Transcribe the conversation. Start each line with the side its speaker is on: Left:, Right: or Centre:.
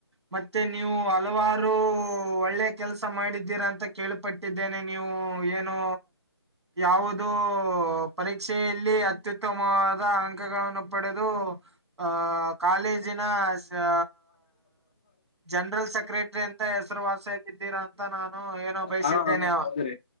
Right: ಮತ್ತೆ ನೀವು ಹಲವಾರು. ಒಳ್ಳೆ ಕೆಲ್ಸ ಮಾಡಿದ್ದೀರಾ ಅಂತ ಕೇಳಪಟ್ಟಿದ್ದೇನೆ ನೀವು ಏನೋ. ಯಾವುದ ಪರೀಕ್ಷೆಯಲ್ಲಿ ಅತ್ಯುತ್ತಮವಾದ ಅಂಕಗಳನ್ನು ಪಡೆದು. ಆ ಕಾಲೇಜಿನ ಹಾ. ಜನರಲ್ ಸೆಕ್ರೆಟ್ರರಿ ಅಂತ ಹೆಸರುವಾಸಿಯಾಗಿದ್ದೀರಾ ಅಂತ ನಾನು ಏನೊ. ಬಯಸಿದ್ದೇನೆ.
Left: ಹಾ ಹಾ, ಹೌದ್ರಿ